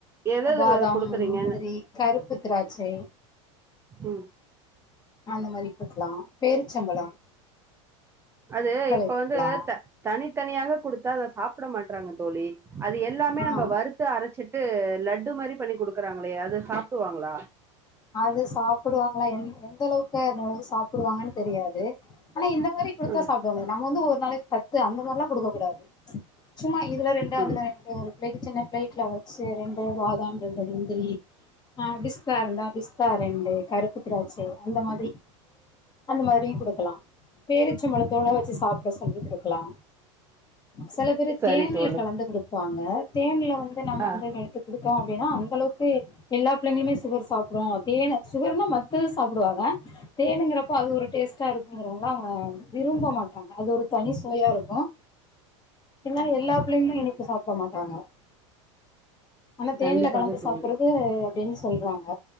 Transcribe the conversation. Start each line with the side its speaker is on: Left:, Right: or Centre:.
Right: எத
Left: பாதாம்
Right: எது குடுக்குறீங்கன்னு
Left: முந் திரி கருப்புத் திராச்சை
Right: ம்
Left: அந்த மாரி குடுக்கலா பேருச்சம்பழம்
Right: அது இப்ப
Left: குடுக்கலா
Right: வந்து தனித்தனியாவே குடுத்தா அத சாப்ட மாட்டறாங்க தோழி அது எல்லாமே
Left: ஆ
Right: நம்ம வரு த்து அரைச்சிட்டு லட்டு மாரி பண்ணி குடுக்கறாங்களே அத சாப்டுவாங்களா
Left: அது சாப்பிடுவாங்களா எ எந்த அளவுக்கு அது வந்து சாப்பிடுவாங்கன்னு தெரியாது ஆனா இந்த அந்த மாரி குடுத்த
Right: ம்
Left: சாப்பிடுவாங்க நம்ம வந்து ஒரு நாளைக் பத்து அந்த மாதிரிலா குடுக்ககூடாது சும்மா இதுல ரெண்டு அதுல
Right: ம்
Left: ரெண்டு ஒரு பிளேட்ல சின்ன பிளேட்ல வச்சு ரெண்டு பாதாம் ரெண்டு முந்திரி ஆ பிஸ்தா இருந்தா பிஸ்தா ரெண்டு கருப்பு திராட்சை அந்த மாதிரி அந்த மாதிரியும் கொடுக்கலாம் பேரிச்சம்பளத்தோட வச்சு சாப்பிட சொல்லி கொடுக்கலாம் சில பேரு
Right: சரி
Left: தேன்ல
Right: தோழி
Left: கலந்து கொடுப்பாங்க தேன்ல வந்து நம்ம
Right: ஆ
Left: வந்து எத்து கொடுத்தோம் அப்படின்னா அந்த அளவுக்கு எல்லா பிள்ளைளுமே சுகர் சாப்பிடும் தேன் சுகர்னா ம து சாப்பிடுவாங்க தேனுுங்கிறப்போ அது ஒரு டேஸ்ட்டா இருக்குங்கிறவங்கள அவங்க விரும்ப மாட்டாங்க அது ஒரு தனி சுவையா இருக்கும் என்னாலும் எல்லா பிள்ளைகளும் இனிப்பு சாப்பிட மாட்டாங்க ஆனா தேனல
Right: கண்டிப்பாக
Left: கலந்து
Right: தோழி
Left: சாப்பிடுறது அப்படின்னு சொல்றாங்க